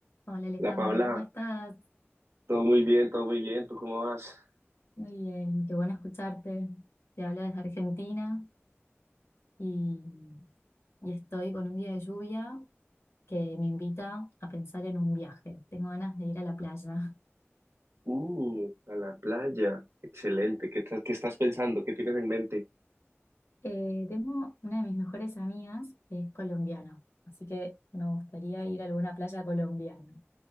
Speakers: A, on the left; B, on the right.
A: Hola Alejandro,
B: La Paula,
A: ¿cómo estás?
B: todo muy bien, todo muy bien. ¿Tú cómo vas?
A: Muy bien, qué bueno escucharte. Te hablo desde Argentina y, y estoy con un día de lluvia que me invita a pensar en un viaje. Tengo ganas de ir a la playa. <laughs>
B: Uh, a la playa. Excelente. ¿Qué, tal- qué estás pensando? ¿Qué tienes en mente?
A: Eh, tengo una de mis mejores amigas que es colombiana, así que me gustaría ir a alguna playa colombiana.